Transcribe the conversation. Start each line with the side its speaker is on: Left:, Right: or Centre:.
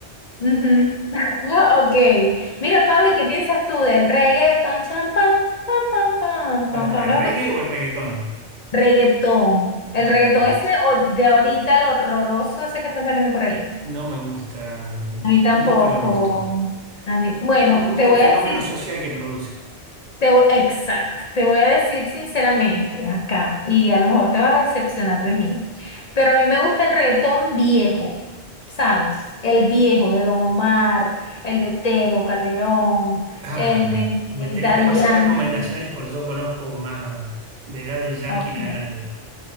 Left: Ujú. <laughs> Ok. Mira, Pablo, ¿y ¿qué piensas tú del reggaetón? Cham, pam, pam, pam, pam,
Right: para
Left: pam,
Right: para
Left: pam.
Right: el
Left: ¿Lo has
Right: reggae
Left: escuchado?
Right: o el reggaetón.
Left: Reggaetón. El
Right: No
Left: reggaetón
Right: me gusta,
Left: ese o- de ahorita, el horroroso ese que está saliendo por ahí.
Right: no me gusta,
Left: A mí tampoco.
Right: nunca me gustó.
Left: A mí, bueno,
Right: No me gusta
Left: te voy
Right: el fenómeno
Left: a decir
Right: social que produce.
Left: Te voy- exacto, te voy a decir sinceramente acá, y a lo mejor te vas a decepcionar de mí, pero a mí me gusta el reggaetón viejo, ¿sabes? El viejo de Don Omar, el de Tego Calderón,
Right: Ah,
Left: el de
Right: me
Left: eh,
Right: tenés
Left: Daddy
Right: que pasar
Left: Yankee.
Right: recomendaciones porque yo conozco más de Daddy Yankee
Left: Ok.
Right: en adelante.